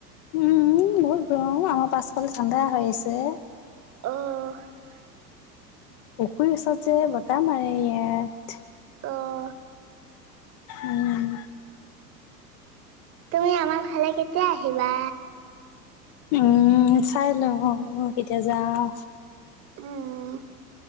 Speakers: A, on the left; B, on the right.
A: উম' বহুত গৰম আমাৰ পাছফালে ঠাণ্ডা হৈ আছে
B: অ'
A: পুখুৰী ওচৰত যে বতাহ মাৰে ইয়াত।
B: অঁ'
A: উম'
B: তুমি আমাৰ ঘলৈ কেতিয়া আহিবা?
A: উম' চাই লও কেতিয়া যাও
B: উম